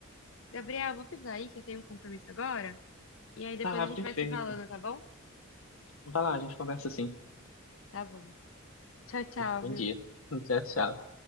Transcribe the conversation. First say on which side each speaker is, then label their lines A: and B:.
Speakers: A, on the left; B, on the left.
A: Gabriel, vou precisar aí que eu tenho um compromisso agora. E aí depois
B: Tá,
A: a gente
B: perfeito.
A: vai se falando, tá bom?
B: Vai lá, a gente conversa assim.
A: Tá bom. Tchau, tchau,
B: Bom
A: viu?
B: dia. <laughs> Tchau, tchau.